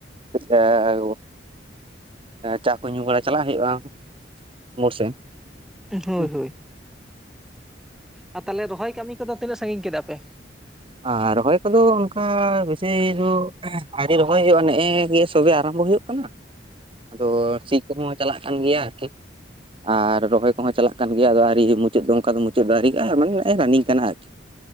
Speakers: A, on the right (about 30°); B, in the centre.
A: <unintelligible> ᱪᱟ ᱠᱚ ᱧᱩᱸ ᱵᱟᱲᱟ ᱪᱟᱞᱟᱜ ᱦᱳᱭᱳᱜᱼᱟ᱾ ᱢᱳᱲ ᱥᱮᱱ᱾
B: ᱦᱳᱭ
A: ᱦᱮᱸ
B: ᱦᱳᱭ᱾ ᱟᱨ ᱛᱟᱦᱞᱮ ᱨᱚᱦᱚᱭ ᱠᱟᱹᱢᱤ ᱠᱚ ᱫᱚ ᱛᱤᱱᱟᱹᱜ ᱥᱟᱸᱜᱤᱧ ᱠᱮᱫᱟ ᱯᱮ?
A: ᱟᱨ ᱨᱚᱦᱚᱭ ᱠᱚ ᱫᱚ ᱚᱱᱠᱟ ᱵᱤᱥᱤ ᱫᱚ ᱨᱚᱦᱚᱭ ᱦᱳᱭᱳᱜᱼᱟ᱾ ᱱᱮᱸᱜ ᱮ ᱜᱮ ᱥᱚᱵᱮ ᱟᱨᱟᱢ ᱵᱚ ᱦᱳᱭᱳᱜ ᱠᱟᱱᱟ ᱟᱫᱚ ᱥᱤ ᱠᱚ ᱦᱚᱸ ᱪᱟᱞᱟᱜ ᱠᱟᱱ ᱜᱮᱭᱟ ᱟᱨᱠᱤ ᱟᱨ ᱨᱚᱦᱚᱭ ᱠᱚ ᱦᱚᱸ ᱪᱟᱞᱟᱜ ᱠᱟᱱ ᱜᱮᱭᱟ᱾ ᱟᱫᱚ ᱟᱹᱣᱨᱤ ᱢᱩᱪᱟᱹᱫ ᱫᱚ ᱚᱱᱠᱟ ᱫᱚ ᱢᱩᱪᱟᱹᱫ ᱫᱚ ᱟᱹᱣᱨᱤᱭᱟᱜᱼᱟ᱾ ᱢᱟᱱᱮ ᱨᱟᱱᱤᱝ ᱠᱟᱱᱟ ᱟᱨᱠᱤ